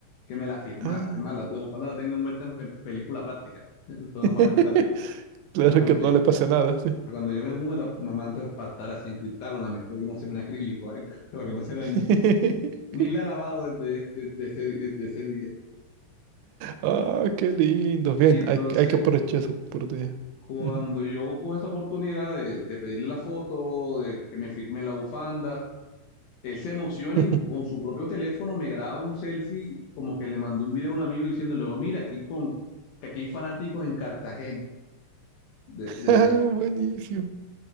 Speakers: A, on the left (about 70°); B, on the right (about 85°).
A: que me la firmara.
B: ah.
A: Es más, la, la bufanda la tengo envuelta en, en película plástica, <laughs> todo
B: <laughs>
A: en papel plástico.
B: Claro
A: Para cuando,
B: que no le pasa nada. sí.
A: para cuando yo me mude, la mamá entonces para estar así en cristal o la meto, yo no sé, un acrílico, algo, <laughs> para que no se dañe.
B: <laughs>
A: Ni la he lavado desde, ese- desde ese, desde ese día.
B: Ah, qué lindo. Bien,
A: Y entonces,
B: hay, que- hay que aprovechar esa oportunidad.
A: cuando
B: Ujú.
A: yo cojo esa oportunidad de, de pedirle la foto, de que me firme la bufanda, Él se emociona
B: <laughs>
A: y con su propio teléfono me graba un selfie, como que le mandó un video a un amigo diciendo, luego, mira, aquí con, que aquí hay fanáticos en Cartagena, de, de,
B: Ah, buenísimo.